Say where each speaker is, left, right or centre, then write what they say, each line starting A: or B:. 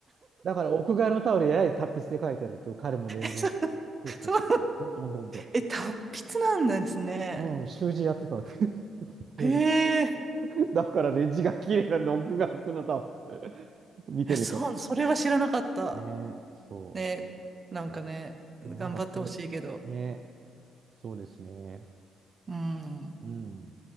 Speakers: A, on the right; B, on the right.
A: だから屋外のタオルややれ達筆で書いてあると、彼も練習。
B: <laughs> そう
A: そうそうそうそう。
B: そう、
A: ほんとほんとほんと。
B: え、達筆なんですね。
A: うん、習字やってたって。<laughs> えー
B: へえ、
A: だからね、字が綺麗なんで、屋外のタオル <laughs> 見てると。
B: えそう、それは知らなかった。
A: ねえ、そ
B: ね、なんかね、
A: う。えー
B: 頑張ってほしいけど。
A: でもなんかこれ、ねえ、そうですね。
B: うん。
A: うん。